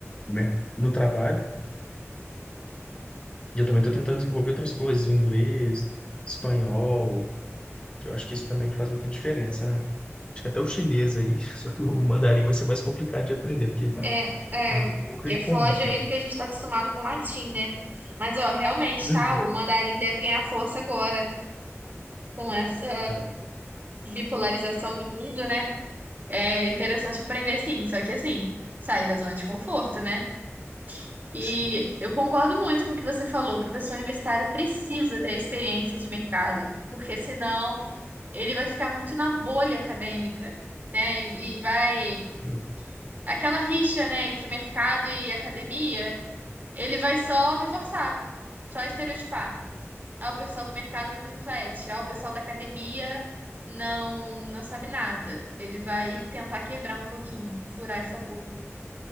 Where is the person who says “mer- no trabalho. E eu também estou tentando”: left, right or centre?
Left